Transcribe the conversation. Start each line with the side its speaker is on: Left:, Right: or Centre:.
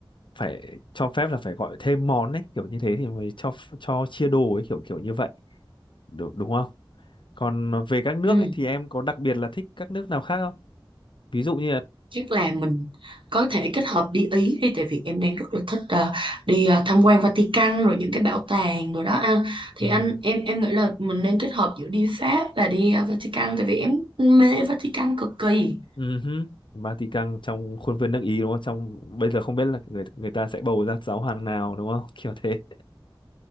Left: phải cho phép là phải gọi thêm món ấy kiểu như thế thì mới cho cho chia đồ ấy kiểu kiểu như vậy đúng, đúng không còn về các nước
Right: ừ.
Left: ấy thì em có đặc biệt là thích các nước nào khác không ví dụ như là
Right: Chắc là mình có thể kết hợp đi Ý đi tại vì em đang rất là thích ờ, đi ờ, tham quan Vatican rồi những cái bảo tàng rồi đó anh thì
Left: ừ,
Right: anh em em nghĩ là mình nên kết hợp giữa đi Pháp và đi ờ, Vatican tại vì em mê Vatican cực kỳ
Left: Ừ hứ. Vatican trong khuôn viên nước Ý đúng không? Trong bây giờ không biết là người người ta sẽ bầu ra giáo hoàng nào đúng không? <laughs> Kiểu thế.